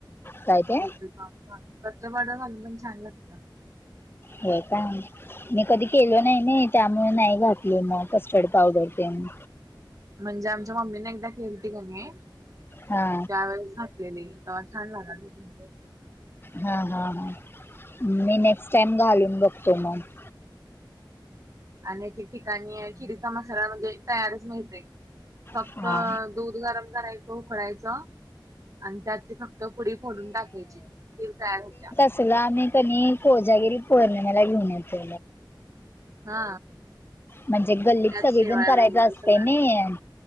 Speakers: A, on the left (about 25°); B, on the right (about 40°).
A: काय ते
B: कस्टर्ड पावडरघालून पण छान लागत
A: हो का मी कधी केल नाही नाही त्या म नाही घातली मग कस्टर्ड पावडर ते न
B: म्हणजे आमच्या मम्मीने एकदा केलेती का नाही त्यावेेळेस
A: हा
B: झाकलेली छान लागाल ति
A: हां हां हां मी नेक्स्ट टाईम घालून बघतो मग
B: अनेक ठिकाणी खिरीचा मसाला म्हणजे तयारच मिळते फक्त
A: हा
B: दूध गरम करायचं उकळायचं आणि त्यात त फक्त पुडी फोडून टाकायची खीर तयार होत्या
A: तला आम्ही कनी कोजागिरी पोर्णिमे ला घेऊन येतो
B: हा
A: म्हणजे गल्लीत
B: त्यात
A: सगळीजण
B: शेवाळ्या
A: करायच
B: वगैरे
A: असते
B: सगळं
A: नही.
B: असत